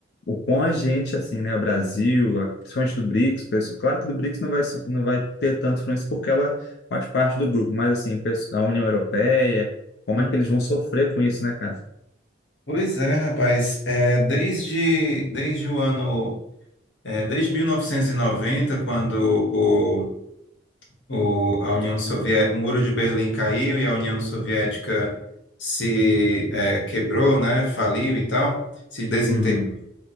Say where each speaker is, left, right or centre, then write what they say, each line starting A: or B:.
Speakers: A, on the left; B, on the left.
A: o com a gente, assim, né? O Brasil, a- principalmente do BRICS, o pessoal- claro que do BRICS não vai, su- não vai ter tanto influência porque ela faz parte do grupo, mas assim, pesso- a União Europeia, como
B: hum.
A: é que eles vão sofrer com isso, né, cara?
B: Pois é, rapaz. É, desde, desde o ano, é, desde 1990, quando o, o, a União Soviética, o Muro de Berlim caiu e a União Soviética se é, quebrou, né? Faliu e tal, se desintegrou.
A: Uhum.